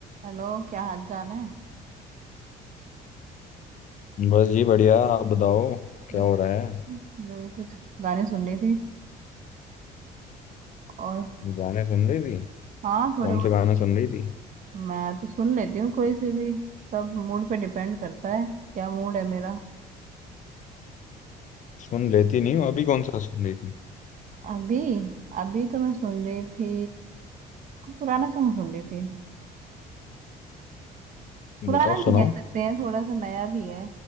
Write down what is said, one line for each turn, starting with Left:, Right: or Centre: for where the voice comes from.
Right: हेलो क्या हाल चाल है
Left: बस जी बढ़िया आप बताओ क्या
Right: बस
Left: हो रहा है
Right: मैं तो कुछ गाने सुन रही थी और
Left: गाने सुन रही थी
Right: हाँ थोड़े
Left: कौन
Right: बहुत
Left: से गाना सुन रही थी
Right: मैं तो सुन लेती हूँ कोई से भी सब मूड पे डिपेंड करता है क्या मूड है मेरा
Left: सुन लेती नहीं हूँ अभी कौन सा सुन रही थी
Right: अभी अभी तो मैं सुन रही थी कोई पुराना सॉन्ग सुन रही थी पुराना
Left: बताओ
Right: नहीं
Left: सुनाओ
Right: कह सकते हैं थोड़ा सा नया भी है